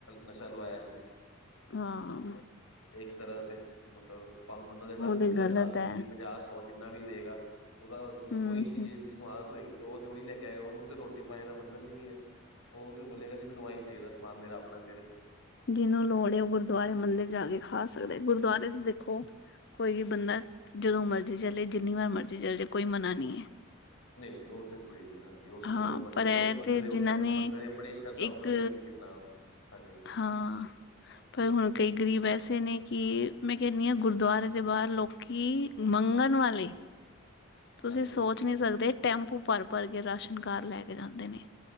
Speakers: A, on the left; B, on the left.
A: ਨਸ਼ਾ ਲਵਾਯਾ ਜੀ।
B: ਹਾਂ।
A: ਇੱਕ ਤਰ੍ਹਾਂ ਤੇ ਮਤਲਬ ਪਾਂਵੇ ਬੰਦਾ ਦਿੰਦਾ
B: ਉਹ ਤੇ ਗ਼ਲਤ
A: ਦਸ
B: ਹੈ
A: ਵੀਹ ਪੰਜਾਹ ਔ ਜਿੰਨਾ ਵੀ ਦੇਗਾ ਉਹਦਾ
B: ਹਮ
A: ਉਹੀ ਚੀਜ਼ ਏ ਜਿਸਨੂੰ ਆਦਤ ਹੋਏਗੀ ਤੇ ਉਹ ਤੇ ਉਹੀ ਲੈ ਕੇ ਆਏਗਾ ਉਹਨੂੰ ਤੇ ਰੋਟੀ ਪਾਣੀ ਦਾ ਮਤਲਬ ਈ ਨੀ ਹੈ। ਉਹ ਤੇ ਬੋਲੇਗਾ ਜੀ ਮੈਨੂੰ ਆਈ ਚਾਹੀਦਾ ਸਮਾਨ ਮੇਰਾ ਆਪਣਾ ਮੇਰੇ
B: ਜਿਨੂੰ ਲੋੜ ਏ ਉਹ ਗੁਰਦੁਆਰੇ ਮੰਦਿਰ ਜਾ ਕੇ ਖਾ ਸਕਦਾ ਗੁਰਦੁਆਰੇ ਚ ਦੇਖੋ ਕੋਈ ਵੀ ਬੰਦਾ ਜਦੋਂ ਮਰਜ਼ੀ ਚੱਲੇ ਜਿੰਨੀ ਵਾਰ ਮਰਜ਼ੀ ਚੱਲ ਜੇ ਕੋਈ ਮਨਾ ਨੀ ਹੈ।
A: ਨਹੀਂ-ਨਹੀਂ ਉਹ ਤੇ ਕੋਈ ਨੀ ਹਾਂਜੀ ਉਹ ਤੇ
B: ਹਾਂ
A: ਜਦੋਂ ਮਰਜ਼ੀ
B: ਪਰ
A: ਉਹ ਤੇ
B: ਇਹ
A: ਬੰਦੇ ਦੇ
B: ਜਿਨਾਂ
A: ਉੱਪਰ
B: ਨੇ
A: ਬੰਦੇ ਦੇ ਆਪਣੀ ਸ਼ਰਧਾ
B: ਇੱਕ
A: ਉੱਪਰ ਹੈ ਕਿ ਬਈ ਕਿੰਨਾ, ਹਾਂਜੀ।
B: ਹਾਂ। ਪਰ ਹੁਣ ਕਈ ਗਰੀਬ ਐਸੇ ਨੇ ਕਿ ਮੈਂ ਕਹਣੀ ਆ ਗੁਰਦੁਆਰੇ ਦੇ ਬਾਹਰ ਲੋਕੀ ਮੰਗਣ ਵਾਲੇ ਤੁਸੀਂ
A: ਹਾਂਜੀ
B: ਸੋਚ ਨਹੀਂ ਸਕਦੇ ਟੈਂਪੂ ਭਰ ਭਰ ਕੇ ਰਸ਼ ਘਰ ਲੈ ਕੇ ਜਾਂਦੇ ਨੇ